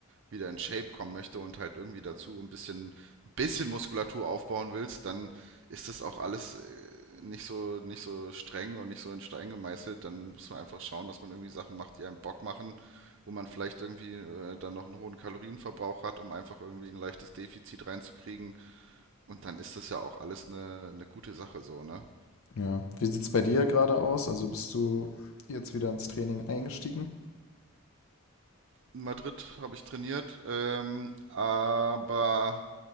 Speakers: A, on the right; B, on the left.
A: wieder in Shape kommen möchte und halt irgendwie dazu ein bisschen, ein bisschen Muskulatur aufbauen willst, dann ist das auch alles äh, nicht so, nicht so streng und nicht so in Stein gemeißelt. Dann muss man einfach schauen, dass man irgendwie Sachen macht, die einem Bock machen, wo man vielleicht irgendwie äh, dann noch einen hohen Kalorienverbrauch hat, um einfach irgendwie ein leichtes Defizit reinzukriegen. Und dann ist das ja auch alles eine, eine gute Sache so, ne?
B: Ja. Wie sieht es bei dir gerade aus? Also bist du jetzt wieder ins Training eingestiegen?
A: In Madrid habe ich trainiert, ähm, aber